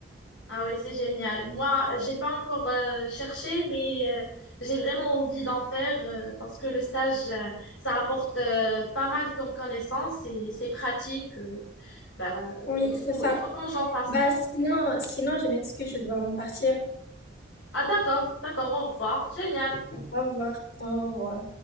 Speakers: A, on the left (about 85°); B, on the left (about 60°).
A: Ah oui, c'est génial. Moi, j'ai pas encore euh, cherché, mais euh, j'ai vraiment envie d'en faire euh, parce que le stage, euh, ça apporte euh, pas mal comme connaissances et c'est pratique. euh, bah,
B: Oui,
A: il faut,
B: c'est ça.
A: il faut que j'en fasse
B: Bah,
A: ça.
B: sinon, sinon, je m'excuse, je dois en partir.
A: Ah d'accord, d'accord, au revoir. Génial.
B: Au revoir. Au revoir.